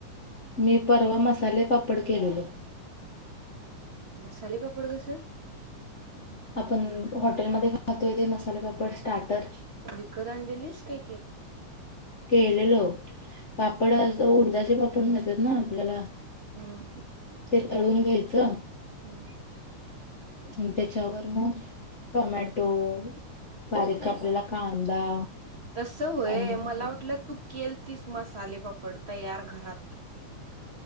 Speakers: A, on the left; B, on the right.
A: मी परवा मसाले पापड केलेले
B: मसाले पापड कसा
A: आपण हॉटेलमध्ये खातोय तेे मसाले पापड स्टार्टर
B: विकत आणलेलीस काही
A: केलेलं पापड अस उडदाचे पापड घातात आपल्याला
B: हम
A: ते तळून घ्यायचं
B: हम्म
A: आणि त्याच्यावर मग टोमॅटो बारीक कापलेला कांदा
B: तस होय
A: आणि
B: मला वाटलं तू केल तीच मसाले बाप्पा, पडतयार घरात,